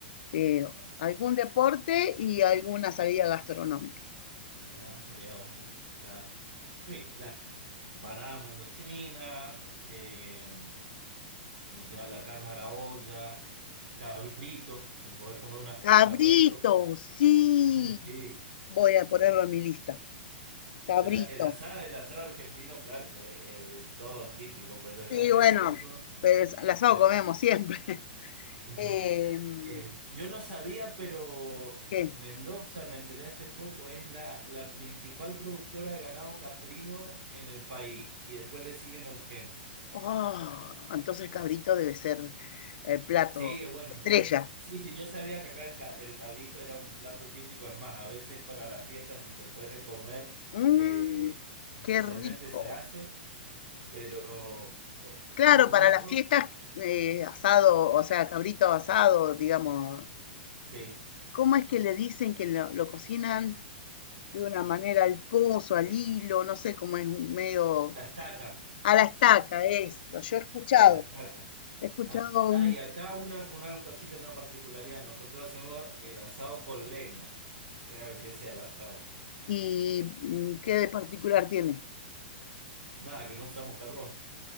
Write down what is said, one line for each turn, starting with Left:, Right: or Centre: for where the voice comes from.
Left: eh, algún deporte y alguna salida gastronómica.
Right: Ah, sería bastante acá. Uy, las empanadas mendocinas, eh, ¿cómo se llama? La carne a la olla, eh, cabrito, se puede comer una
Left: Cabrito,
Right: cabrito. <laughs>
Left: sí,
Right: Sí,
Left: voy a ponerlo en mi lista. Cabrito.
Right: O El, a- el asado, el asado argentino, claro, eh, eh, todo es típico, pero
Left: Sí,
Right: acá
Left: bueno,
Right: se consume mucho
Left: pues al asado
Right: el...
Left: comemos siempre. <laughs>
Right: ujú.
Left: Em,
Right: Eh, yo no sabía, pero
Left: ¿qué?
Right: Mendoza, me enteré hace poco, es la, la principal productora de ganado caprino en el país y después le sigue Neuquén.
Left: Oh, entonces cabrito debe ser el plato
Right: Sí, es bueno,
Left: estrella.
Right: es bueno. Sí, sí, yo sabía que acá el, ca- el cabrito era un plato típico, es más, a veces para las fiestas si se puede comer,
Left: Mm,
Right: eh, especialmente
Left: qué rico.
Right: se hace. Pero
Left: Claro,
Right: no,
Left: para
Right: no-
Left: las fiestas, eh, asado, o sea, cabrito asado, digamos.
Right: sí,
Left: ¿Cómo es que le dicen que lo, lo cocinan de una manera al pozo, al hilo? No sé cómo es un medio
Right: a la estaca,
Left: A la estaca, eso. Yo he escuchado,
Right: a la estaca.
Left: he escuchado
Right: Ah, ah,
Left: un...
Right: y acá una, una cosita, una particularidad, nosotros hacemos el asado con leña, sea el que sea el asado.
Left: ¿Y mm, qué de particular tiene?
Right: Nada, que no usamos carbón.